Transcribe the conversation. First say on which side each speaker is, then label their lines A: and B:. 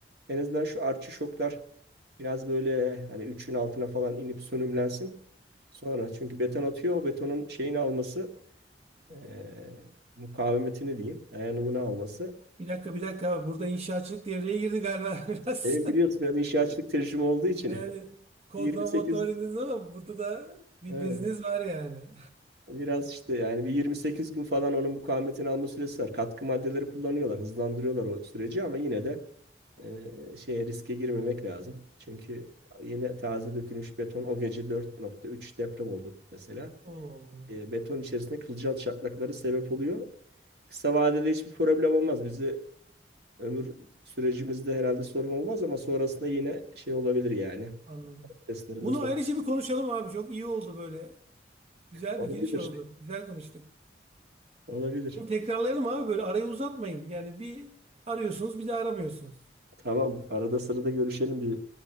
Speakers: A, on the right; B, on the right.
A: En azından şu artçı şoklar biraz böyle hani 3'ün altına falan inip sönümlensin. Sonra çünkü beton atıyor o betonun şeyini alması eee, mukavemetini diyeyim dayanımını alması.
B: Bir dakika bir dakika burada inşaatçılık devreye girdi galiba <laughs> biraz.
A: Benim biliyorsun biraz inşaatçılık tecrübem olduğu için
B: Yani
A: <laughs>
B: kodlama
A: 28
B: modlama dediniz ama burada da bir
A: Evet.
B: beziniz var yani.
A: Biraz işte yani bir 28 gün falan onun mukavemetini alma süresi var. Katkı maddeleri kullanıyorlar, hızlandırıyorlar o süreci ama yine de e, şeye riske girmemek lazım. Çünkü yeni taze dökülmüş beton o gece 4.3 deprem oldu mesela.
B: <laughs> Oo
A: E, beton içerisinde kılcal çatlakları sebep oluyor. Kısa vadede hiçbir problem olmaz. Bizi ömür sürecimizde herhalde sorun olmaz ama sonrasında yine şey olabilir yani.
B: anladım.
A: Testlerinde
B: Bunu
A: sorun
B: ayrıca bir konuşalım abi çok iyi oldu böyle. Güzel
A: olabilir.
B: bir giriş oldu. Güzel konuştuk.
A: Olabilir.
B: Bunu tekrarlayalım abi böyle arayı uzatmayın. Yani bir arıyorsunuz bir de aramıyorsunuz.
A: Tamam. Arada sırada görüşelim bir